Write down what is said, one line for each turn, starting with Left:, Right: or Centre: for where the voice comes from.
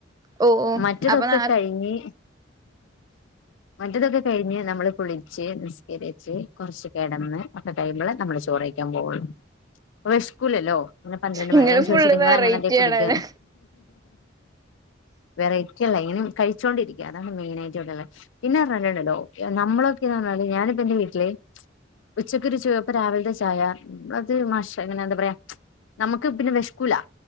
Right: ഓ ഓ
Left: മറ്റതൊക്കെ
Right: അപ്പൊ നാ
Left: കഴിഞ് മറ്റേതൊക്കെ കഴിഞ്ഞ് നമ്മള് കുളിച്ച് നിസ്കരിച്ച് കുറച്ച് കിടന്ന് ഒക്കെ ടൈ്പോൾ നമ്മള് ചോറ് കഴിക്കാൻ പോവൊള്ളൂ വെഷകൂല്ലോ അങ്ങനെ പന്ത്രണ്ട്
Right: ഇങ്ങള്
Left: മണി
Right: ഫുള്ള്
Left: ചോദിച്ച നിങ്ങങ്ങനിന്തേം
Right: വെറൈറ്റി
Left: കുടിക്ക
Right: ആണല്ലേ
Left: വെറ ഇങ്ങനെ കഴിച്ചോണ്ടിരിക്കുക അതാണ് മെയിനയിട്ട് ഉള്ളത് പിന്നെ പറഞ്ഞല്ലോ നമ്മളൊക്കെന്ന് പറഞ്ഞ ഞാൻ എന്റെ വീട്ടില് ഉച്ചക്കൊരു ച ഇപ്പ രാവിലത്തെ ചായ അത് മഷ അങ്ങനെ എന്താ പറയാ നമുക്ക് പിന്നെ വിഷ്കുലാ